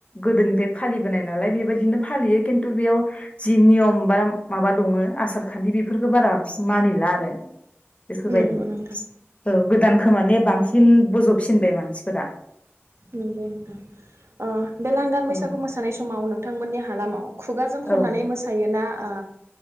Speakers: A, on the left; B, on the right.
A: गोदोनिफ्राय फालिबोनाय नालाय बेबायदिनो फालियो खिन्थु बेयाव जि नियम बा माबा दङ आसार खान्थि बेफोरखौ बारा मानिला आरो। बेफोरबायदि
B: नंगौ नोंथां
A: औ गोदान। खोमाने बांसिन बजब। फिनबाय मानसिफोरा।
B: नंगौ नोंथां ओ बे लांदान बैसागु
A: औ
B: मोसानाय समाव नोंथांमोननि हालामाव। खुगाजों
A: औ
B: खननानै मोसायोना ओ।